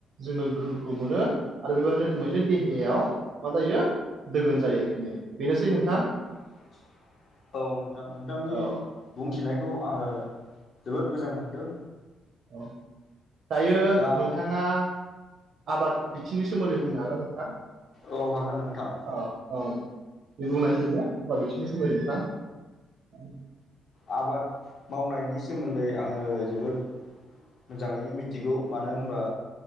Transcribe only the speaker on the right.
जोङो गोहोखौ मोनो आरो बेबायदि रोखोमैनो देहायाव मा जायो दोगोन जायो आरोखि बेनोसै नोंथां
औ
औ दायो
नोंथां ना आबाद बिथिंनि सोमोन्दै बुंनो हागोन ना नोंथां
औ औ दे बुंनायसाय दे आबाद बिथिंनि सोमोन्दै नोंथां